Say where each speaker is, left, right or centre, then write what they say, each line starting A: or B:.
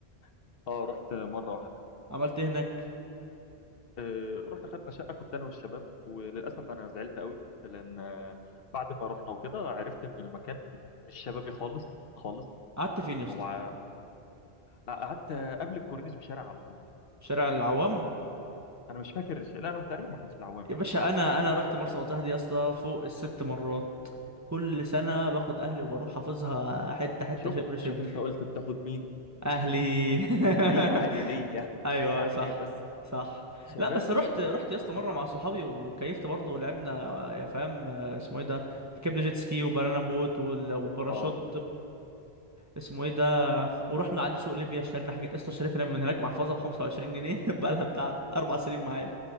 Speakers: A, on the left; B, on the right.
A: <laughs> اه رحت مره واحده
B: عملت ايه هناك
A: آه، رحنا خدنا شقة كنت أنا والشباب وللأسف أنا زعلت قوي لأن آه، بعد ما رحنا وكده عرفت إن المكان مش شبابي خالص خالص
B: قعدت فين يا اسطى
A: هو ع- قعدت قبل الكورنيش بشارع على طول
B: شارع العوام
A: أنا مش فاكر الشيء لا أنا تقريبا ما كانش العوام
B: يا
A: لا
B: باشا انا انا رحت مرسى مطروح دي يا اسطى فوق الست مرات كل سنه باخد اهلي وبروح حافظها حته حته
A: شوف
B: شبر شبر
A: شوف أنت قلت بتاخد مين
B: اهلي <laughs>
A: هي عائلية
B: ايوه
A: هي عائلية
B: صح
A: بس
B: صح
A: شبابي
B: لا بس رحت رحت يا اسطى
A: ما استمتعناش
B: مره مع صحابي وكيفت برضه ولعبنا يا فاهم اسمه ايه ده ركبنا جيت سكي وبنانا بوت وال- والباراشوت
A: أه
B: اسمه ايه ده ورحنا نعدي سوق ليبيا اشترينا حاجه يا اسطى اشتريت انا من هناك محفظه ب 25 جنيه <laughs> بقى لها بتاع اربع سنين معايا